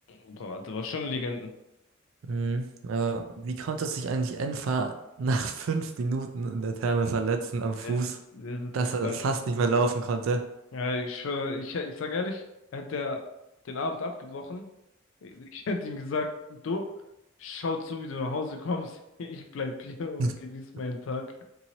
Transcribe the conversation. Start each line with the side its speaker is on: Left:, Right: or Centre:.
Left: Boah, da war schon Legendenstatus.
Right: Mhm. Aber wie konnte sich eigentlich Enfer nach <laughs> fünf Minuten in der Therme verletzen am Fuß,
Left: Äh, das
Right: dass
Left: ist so krank.
Right: er fast nicht mehr laufen konnte?
Left: Ja, ich schwöre, ich, ich sag ehrlich, hätte er den Abend abgebrochen. Ich hätte ihm gesagt, du, schaut so, wie du nach Hause kommst. <laughs> Ich bleib hier und
Right: <laughs>
Left: genieß meinen Tag.